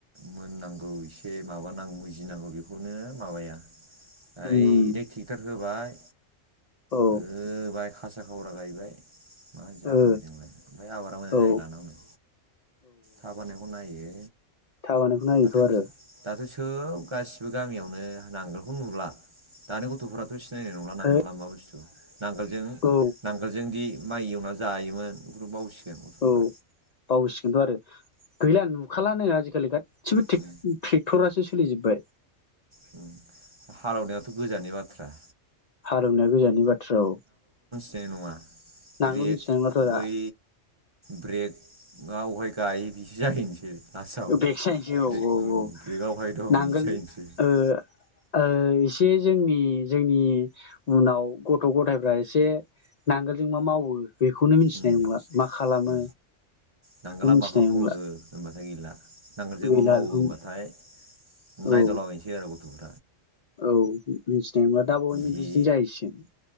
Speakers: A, on the right; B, on the left.
A: मोननांगौ एसे माबानांगौ मुजिनांगौ बेखौनो माबाया। डाइरेक
B: उम
A: टेक्टार होबाय।
B: औ।
A: होबाय खासा खावरा गायबाय। मा जानांगौ
B: ओ
A: बिदिजोंलाय ओमफ्राय आबादा मोजां
B: औ
A: जाहैलाना हनै। थाब हानायखौ नायो।
B: थाब हानायखौ नायोथ'
A: दाथ'
B: आरो।
A: दाथ' सोब गासिबो गामियावनो नांगोलखौ नुला दानि गथ'फोराथ' सिनायनाय नंला नांगोल।
B: है
A: मा मा बुस्थु नांगोलजों
B: औ
A: नांगोलजों दि माइ एवना जायोमोन बेखौ बावसिगोन। गथ'फ्रा
B: औ। बावसिगोनथ' आरो गैला नुखालानो आ आजिखालि गासैबो टेक्टरासो
A: उम
B: सोलिजोबबाय।
A: होम हालेवनायाथ' गोजाननि बाथ्रा।
B: रोंनाया गोजाननि बाथ्रा औ।
A: दे नङा।
B: नांगोल
A: ब्रेक
B: मिथिनाय नंलाथ'
A: बै
B: दा
A: ब्रेक ना अहाय गायो बिसो जाहैनोसै। लास्टआव
B: ब्रेकसो जाहैनोसै औ
A: ब्रेक
B: औ औ
A: ब्रेकआवहाय दं
B: नांगोल
A: बिदि जाहैनोसै उम
B: ओ ओ एसे जोंनि जोंनि उनाव गथ' गथायफ्रा एसे नांगोलजों मा मावो बेखौनो मिथिनाय
A: उम
B: नंला मा खालामो।
A: नांगोला
B: बेखौ मिथिनाय
A: माखौ
B: नंला
A: बुङो होनबाथाय नांगोलजोंबा
B: गैला
A: मावो
B: बेखौ
A: होमबाथाय नायदावलाबायनोसै
B: औ
A: आरो गथ'फोर
B: औ मिथिनायबा दाबावैनो
A: बे
B: बिदिनो जाहैसिगोन